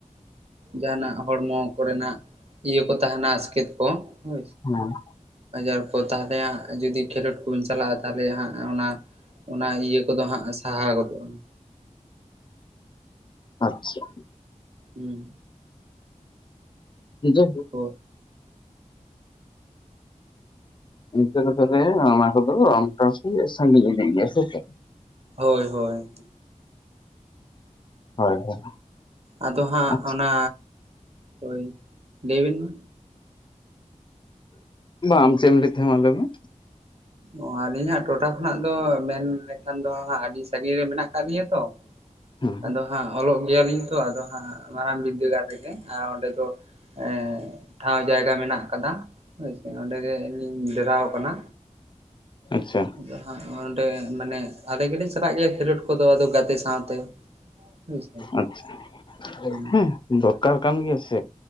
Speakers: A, on the right (about 50°); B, on the left (about 35°).
A: ᱡᱟᱦᱟᱱᱟᱜ ᱦᱚᱲᱢᱚ ᱠᱚᱨᱮᱱᱟᱜ ᱤᱭᱟᱹ ᱠᱚ ᱛᱟᱦᱮᱱᱟ ᱟᱥᱠᱮᱛ ᱠᱚ ᱦᱚ
B: ᱦᱮᱸ
A: ᱟᱡᱟᱨ ᱠᱚ ᱛᱟᱦᱚᱞᱮ ᱦᱟᱸᱜ ᱡᱩᱫᱤ ᱠᱷᱮᱞᱳᱰ ᱠᱚᱵᱚᱱ ᱪᱟᱞᱟᱜᱼᱟ ᱛᱟᱦᱚᱞᱮ ᱦᱟᱸᱜ ᱚᱱᱟ ᱚᱱᱟ ᱤᱭᱟᱹ ᱠᱚᱫᱚ ᱦᱟᱸᱜ ᱥᱟᱦᱟ ᱜᱚᱫᱚᱜᱼᱟ <inaudible>
B: ᱟᱪ ᱪᱷᱟ
A: ᱦᱮᱸ
B: ᱡ <inaudible>
A: ᱜ <unintelligible>
B: ᱱᱤᱛᱚᱜ ᱫᱚ ᱛᱚᱵᱮ ᱢᱟ ᱠᱚ ᱫᱚ ᱟᱢᱴ <unintelligible> ᱥᱟᱜᱤᱧ ᱠᱟᱱ ᱜᱮᱭᱟ ᱥᱮ ᱪᱮᱫ?
A: ᱦᱳᱭ ᱦᱳᱭ
B: ᱦᱳᱭ ᱦᱳᱭ
A: ᱟᱫᱚ ᱦᱟᱸᱜ
B: ᱟᱪᱪᱷᱟ
A: ᱚᱱᱟ ᱦᱳᱭ ᱞᱟᱹᱭᱵᱤᱱ ᱢᱟ
B: ᱟᱢ ᱪᱮᱫ ᱮᱢ ᱞᱮᱫ ᱛᱟᱦᱮᱸ ᱟ ᱢᱟ ᱞᱟᱹᱭ ᱢᱮ
A: ᱚ ᱟᱹᱞᱤᱧ ᱦᱟᱸᱜ ᱴᱚᱴᱷᱟ ᱠᱷᱚᱱᱟᱜ ᱫᱚ ᱢᱮᱱ ᱞᱮᱠᱷᱟᱱ ᱫᱚ ᱦᱟᱸᱜ ᱟᱹᱰᱤ ᱥᱟᱹᱜᱤᱧ ᱨᱮ ᱢᱮᱱᱟᱜ ᱟᱠᱟᱫ ᱞᱤᱧᱟᱹ ᱛᱚ,
B: ᱦᱮᱸ
A: ᱟᱫᱚ ᱦᱟᱸᱜ ᱚᱞᱚᱜ ᱜᱮᱭᱟᱞᱤᱧ ᱛᱚ ᱟᱫᱚ ᱦᱟᱸᱜ ᱢᱟᱨᱟᱝ ᱵᱤᱫᱽᱫᱟᱹᱜᱟᱲ ᱨᱮᱜᱮ ᱟᱨ ᱚᱸᱰᱮ ᱫᱚ ᱮ ᱴᱷᱟᱶ ᱡᱟᱭᱜᱟ ᱢᱮᱱᱟᱜ ᱠᱟᱫᱟ ᱦᱳᱭᱥᱮ ᱚᱸᱰᱮᱜᱮ ᱞᱤᱧ ᱰᱮᱨᱟᱣ ᱠᱟᱱᱟ
B: ᱟᱪ ᱪᱷᱟ
A: ᱟᱫᱚ ᱦᱟᱸᱜ ᱚᱸᱰᱮ ᱢᱟᱱᱮ ᱟᱞᱮ ᱜᱮᱞᱮ ᱪᱟᱞᱟᱜ ᱜᱮᱭᱟ ᱠᱷᱮᱞᱳᱰ ᱠᱚᱫᱚ ᱟᱫᱚ ᱜᱟᱛᱮ ᱥᱟᱶᱛᱮ᱾ ᱦᱳᱭᱥᱮ
B: ᱟᱪ ᱪᱷᱟ
A: ᱦᱩᱸ
B: ᱦᱮᱸ ᱫᱚᱨᱠᱟᱨ ᱠᱟᱱ ᱜᱮᱭᱟ ᱥᱮ